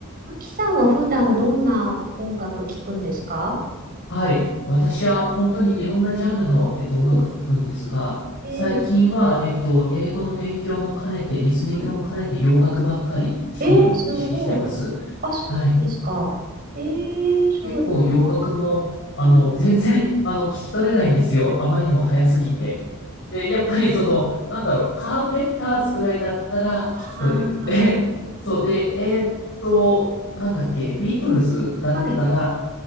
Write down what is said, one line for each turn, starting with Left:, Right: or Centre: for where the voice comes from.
Right: あきさんは普段どんな音楽聴くんですか
Left: はい。私は本当にいろんなジャンルの、えっと、音楽聴くんですが、
Right: うん。えー、
Left: 最近は、えっと、英語の勉強も兼ねて、リスニングも兼ねて洋楽ばっかり聴くように意識してます。
Right: はい。えー、すごい。あ、そうなんですか。
Left: はい。
Right: えー、その、
Left: 結構洋楽も、あの、
Right: うん、
Left: 全然、あの、聞き取れないんですよ。あまりにも早すぎて。で、やっぱりその、なんだろう、カーペンターズぐらいだったら聞き取れる。
Right: あ
Left: で、そうで、えっと、なんだっけ、ビートルズだったら、
Right: あ、はい。